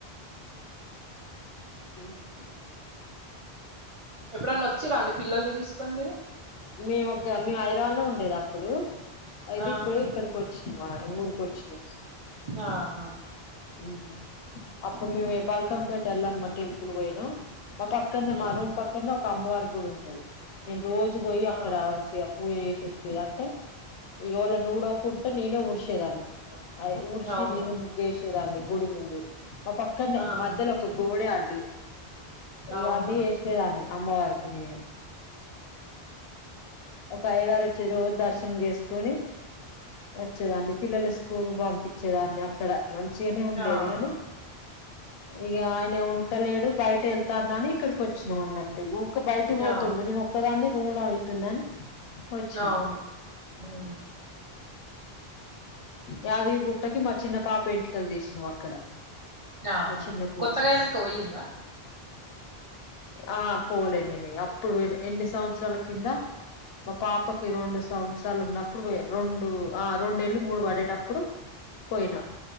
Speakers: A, on the left; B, on the right.
A: ఉమ్
B: ఎప్పుడన్నా వచ్చిర అండి పిల్లల్ని తీసుకొని మీరు
A: మేము ఒక మేము హైదరాబాద్ లో ఉండేది అప్పుడు అయితే
B: ఆ
A: ఇప్పుడే ఇక్కడికి వచ్చినమా ఈ ఊరికి వచ్చినం
B: ఆహా
A: ఉమ్ హు అప్పుడు మేమ్ బల్కంపేట ఎళ్ళమ్మ టెంపుల్ పోయినమ్ మా పక్కన
B: ఉమ్
A: మా రూమ్ పక్కన ఒక అమ్మవారి గుడి ఉంటది నేను రోజు పోయి అక్కడ
B: ఆహా
A: మంచిగా పూజ చేసి వచ్చేది అంటే ఈగ ఓలైన ఉడువకుంటే నేనే ఉడ్చేదాన్ని అయి ఊడ్సి
B: అవునా
A: నేను ముగ్గుసేదాన్ని గుడి ముందు మా పక్కన్నే
B: ఆహా
A: మధ్యలో ఒక గోడే అడ్డు ఇగా
B: అవునా
A: అన్ని చేసే చ్చేదాన్ని అమ్మవారి గుడిలో ఒక అయ్యగారు వచ్చే రోజు దర్శనం చేసుకుని వచ్చేదాన్ని పిల్లలు స్కూల్ పంపించేదాన్ని అక్కడ మంచిగనే ఉండేది
B: ఆహా
A: గానీ ఇగా ఆయన ఉంటలేడు బయట వెళ్తాన్నాని ఇక్కడికి వచ్చినాం అన్నట్టుగా ఊర్కు బయటి పోతుండు
B: ఆ
A: నేను ఒక్కాదాన్ని రూమ్ లో అయి కుతుందని వచ్చిన
B: అవును ఉమ్
A: యాదగిరిగు <unintelligible> మా చిన్న పాప ఎంటికలు తీసినం అక్కడ
B: ఆహా
A: మా చిన్న కూతురు
B: కొత్తగ అయినంక పోయిండ్ర
A: ఆ పోలేనేనిగ అప్పుడే పోయినా ఎన్ని సంవత్సరాల కింద మా పాపకి రెండు సంవత్సరాలు ఉన్నప్పుడు ఆ రొండు ఆ రొండు ఎల్లి మూడు మూడు పడేటప్పుడు పోయిన